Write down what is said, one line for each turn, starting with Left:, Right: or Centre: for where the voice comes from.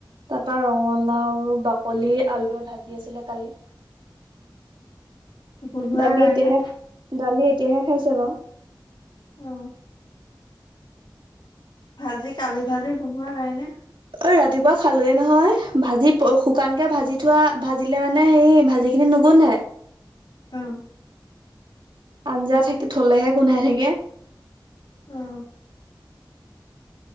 Right: তাপা ৰঙালাও বাকলি আলুৱে ভাজি আছিলে কালি
Left: গোন্ধোৱা
Right: দালি
Left: নাই
Right: এতিয়াহে
Left: নে?
Right: দালি এতিয়াহে খাইছে বাও
Left: অহ। ভাজি কালি ভাজি গোন্ধোৱা নাই নে?
Right: অঐ ৰাতিপুৱা খালোৱেই নহয় ভাজি শুকানকে ভাজি থোৱা ভাজিলে মানে সেই ভাজি সেইখিনি নোগোন্ধাই।
Left: অ।
Right: আঞ্জা থাকি থলেহে গোন্ধাই থাকে।
Left: অহ।